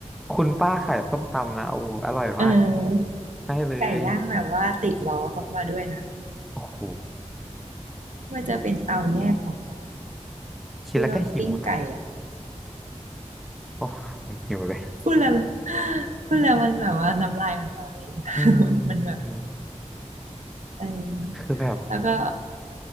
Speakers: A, in the centre; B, on the right.
A: คุณป้าขายส้มตำนะโอ้โหอร่อยมาก
B: เออ
A: ใช่เลย
B: ไก่ย่างแบบว่าติดล้อเขามาด้วยนะ
A: โอ้โห
B: ที่มันจะเป็นเตาแยกของเขา
A: คิดแล้วก็หิวนะ
B: ที่เราปิ้งไก่อ่ะ
A: โอ้หิวเลย
B: พูดแล้วพูดแล้วมันแบบว่าน้ำลายมันมาเลย <laughs>
A: อื
B: มันแบบ
A: ม
B: เอ
A: คือแบบ
B: อแล้วก็